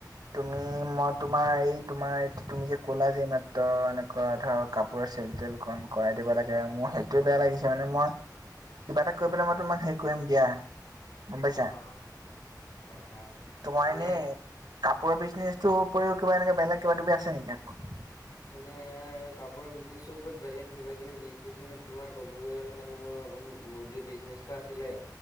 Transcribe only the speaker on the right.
তুমি মই তোমাৰ এই তোমাৰ তুমি যে ক'লা যে মাত্ৰ এনেকুৱা ধৰক, কাপোৰ চেল তেল কণ কৰাই দিব লাগে আৰু মোৰ সেইটোে বেয়া লাগিছে মানে মই, কিবা এটা কৰিব পেলাই মই তোমাক হেৰি কৰিম দিয়া। গম পাইছা
তোমাৰ
এনেই, কাপোৰৰ বিজনেছ টো উপৰিও কিবা এনেকে বেলেগ কিবাি কিবি আছে নেকি আকৌ,